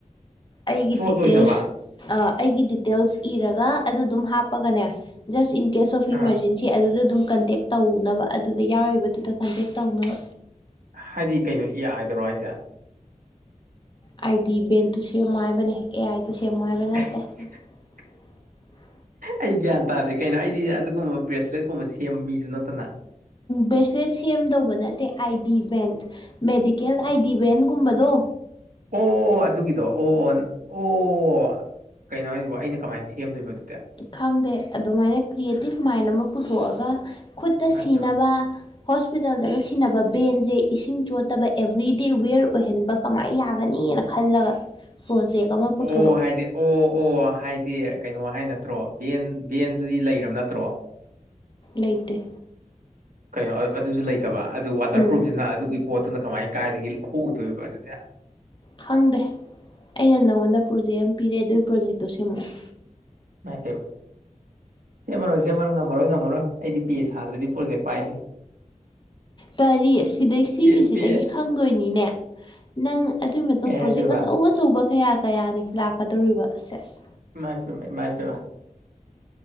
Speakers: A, on the left; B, on the right.
A: ꯑꯩꯒꯤ
B: ꯆꯣꯠꯂꯣꯏꯗꯕ
A: ꯗꯤꯇꯦꯜꯁ ꯑ ꯑꯩꯒꯤ ꯗꯤꯇꯦꯜꯁ ꯏꯔꯒ ꯑꯗꯨ ꯑꯗꯨꯝ ꯍꯥꯞꯄꯒꯅꯦ just in case of
B: uh
A: emergency ꯇꯦ ꯑꯗꯨꯗ ꯑꯗꯨꯝ ꯀꯟꯇꯦꯛ ꯇꯧꯅꯕ ꯑꯗꯨꯗ ꯌꯥꯎꯔꯤꯕꯗꯨꯗ ꯀꯟꯇꯦꯛ ꯇꯧꯅꯕ
B: ꯍꯥꯏꯗꯤ ꯀꯩꯅꯣ ꯑ‌ꯦ ꯑꯏ ꯗꯥꫪꫭ ꯍꯥꯏꯖ‌‌ꯦ
A: ꯑꯥꯏ ꯗꯤ ꯕꯦꯟꯇꯨ ꯁꯦꯝꯃꯣ ꯍꯥꯏꯕꯅꯦ ꯑꯦ ꯑꯥꯏꯗꯨ ꯁꯦꯝꯃꯣ ꯍꯥꯏꯕ ꯅꯠ
B: <unintelligible>
A: <unintelligible>
B: ꯑꯩ ꯒ꯭ꯌꯥꯟ ꯇꯥꯗ꯭ꯔꯦ ꯀꯩꯅꯣ ꯑꯩꯗꯤ ꯑꯗꯨꯒꯨꯝꯕ ꯕ꯭ꯔꯦꯁꯂꯦꯠꯀꯨꯝꯕ ꯁꯦꯝꯕ ꯃꯤꯁꯨ ꯅꯠꯇꯅ
A: ꯕ꯭ꯔꯦꯁꯂꯦꯠ ꯁꯦꯝꯗꯧꯕ ꯅꯠꯇꯦ ꯑꯥꯏ ꯗꯤ ꯕꯦꯟ ꯃꯦꯗꯤꯀꯦꯜ ꯑꯥꯏꯗꯤꯚꯦꯟꯒꯨꯝꯕꯗꯣ
B: ꯑꯣ ꯑꯗꯨꯒꯤꯗꯣ ꯑꯣ ꯑꯣ ꯀꯩꯅꯣ ꯍꯥꯏꯖꯤꯕꫭ ꯑꯩꯅ ꯀꯃꯥꯏꯅ ꯁꯦꯝꯗꯣꯏꯕ ꯑꯗꯨꯗꯤ
A: ꯈꯪꯗꯦ ꯑꯗꯨꯃꯥꯏꯅ ꯀ꯭ꯔꯤꯌꯦꯇꯤꯞ ꯃꯥꯏꯟ ꯑꯃ ꯄꯨꯊꯣꯛꯑꯒ ꯈꯨꯠꯇ
B: ꯏꯃꯥꯏꯄꯦꯝꯃ
A: ꯁꯤꯅꯕ ꯍꯣꯁꯄꯤꯇꯥꯜꯗꯒ ꯁꯤꯟꯅꯕ ꯕꯦꯟꯁꯦ ꯏꯁꯤꯡ ꯆꯣꯠꯇꯕ ꯑꯦꯕ꯭ꯔꯤꯗꯦ ꯋꯤꯌꯔ ꯑꯣꯏꯍꯟꯕ ꯀꯃꯥꯏꯅ ꯌꯥꯒꯅꯤꯅ ꯈꯜꯂꯒ ꯐꫭꯟ ꯆ‌ꯦꯛ ꯑꯃ ꯄꯨꯊꯣꯔꯛꯑꯣ
B: ꯑꯣ ꯍꯥꯏꯗꯤ ꯑꯣ ꯑꯣ ꯍꯥꯏꯗꯤ ꯀꯩꯅꯣ ꯍꯥꯏꯅ ꯅꯠꯇ꯭ꯔꯣ ꯚꯦꯟ ꯚꯦꯟꯗꯨꯗꯤ ꯂꯩꯔꯕ ꯅꯠꯇ꯭ꯔꯣ꯫
A: ꯂꯩꯇ‌ꯦ꯫
B: ꯀꯩꯅꯣ ꯑ ꯑꯗꯨꯁꯨ ꯂꯩꯇꯕ ꯑꯗꯨ ꯋꯥꯇꯔ
A: ꯎꯝ
B: ꯄ꯭ꯔꯨꯨꯞꯁꯤꯅ ꯑꯗꯨꯒꯤ ꯄꯣꯠꯇꯨꯅ ꯀꯃꯥꯏ ꯀꯥꯏꯗꯒꯤ ꯈꯣꯛꯎꯗꯣꯏꯕ ꯑꯗꯨꯗꯤ꯫
A: ꯈꯪꯗꯦ ꯑꯩꯅ ꯅꯪꯉꯣꯟꯗ ꯄ꯭ꯔꯣꯖꯦꯛ ꯑꯃ ꯄꯤꯔ‌ꯦ ꯑꯗꯨꯏ ꯄ꯭ꯔꯣꯖꯦꯛꯇꯣ ꯁꯦꯝꯃꯛꯑꯣ꯫
B: ꯏꯃꯥꯏ ꯄ‌ꯦꯝꯃꯥ꯫ ꯁ‌ꯦꯃꯔꯣꯏ ꯁꯦꯃꯔꯣꯏ ꯉꯝꯃꯔꯣꯏ ꯉꯝꯃꯔꯣꯏ ꯑꯩꯗꯤ ꯄ‌ꯦ ꯁꯥꯗ꯭ꯔꯗꯤ ꯄ꯭ꯔꯣꯖꯦꯛ ꯄꯥꯏꯗꯦ꯫
A: ꯀꯔꯤ ꯁꯤꯗꯩ ꯁꯤꯒꯤꯁꯤꯗꯒꯤ
B: ꯄꯦ ꯄꯦ
A: ꯈꯪꯗꯣꯏꯅꯤꯅꯦ꯫ ꯅꯪ ꯑꯗꯨꯒꯤ ꯃꯇꯨꯡ
B: ꯀꯩ
A: ꯄ꯭ꯔꯣꯖꯦꯛ
B: ꯍꯥꯏꯗꯣꯏꯕ
A: ꯑꯆꯧ ꯑꯆꯧꯕ ꯀꯌꯥ ꯀꯌꯥꯅꯤ ꯂꯥꯛꯀꯗꯧꯔꯤꯕ ꯁꯦꯁ
B: ꯃꯥꯏ ꯄꯦꯝꯃ ꯏꯃꯥꯏ ꯄꯦꯝꯃ